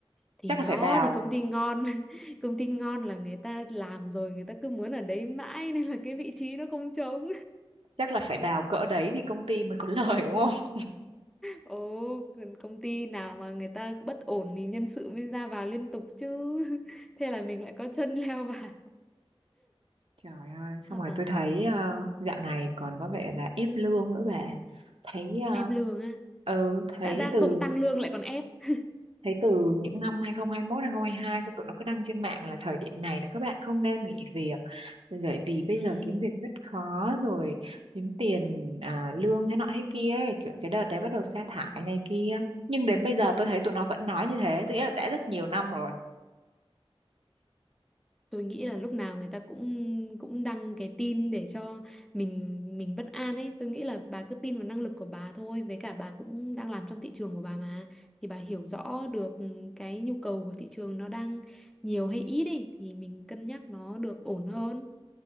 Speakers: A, in the centre; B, on the right.
A: thì
B: chắc
A: đó
B: là phải bào
A: thì công ty ngon <laughs> công ty ngon là người ta làm rồi người ta cứ muốn ở đấy mãi nên là cái vị trí nó không trống
B: chắc là phải bào cỡ đấy thì công ty mới có <laughs> lời đúng không?
A: Ồ, còn công ty nào mà người ta bất ổn thì nhân sự mới ra vào liên tục chứ. <laughs> Thế là mình lại có chân leo vào.
B: Trời ơi, xong
A: Hoặc
B: rồi
A: là
B: tôi thấy ờ, dạo này còn có vẻ là ép lương nữa bà. Thấy ờ,
A: ép lương á.
B: ừ thấy
A: Đã đã
B: từ
A: không tăng lương lại còn ép. <laughs>
B: thấy từ những năm 2021 2022 xong tụi nó cứ đăng trên mạng là thời điểm này là các bạn không nên nghỉ việc. Bởi vì bây
A: Ừ,
B: giờ kiếm việc rất khó rồi kiếm tiền à, lương thế nọ thế kia ấy, kiểu cái đợt đấy bắt đầu sa thải này kia. Nhưng đến bây giờ tôi thấy tụi nó vẫn nói như thế, tức nghĩa là đã rất nhiều năm rồi
A: tôi nghĩ là lúc nào người ta cũng cũng đăng cái tin để cho mình mình bất an ấy. Tôi nghĩ là bà cứ tin vào năng lực của bà thôi. Với cả bà cũng đang làm trong thị trường của bà mà. Thì bà hiểu rõ được cái nhu cầu của thị trường nó đang nhiều hay ít ấy. Thì mình cân nhắc nó được ổn hơn.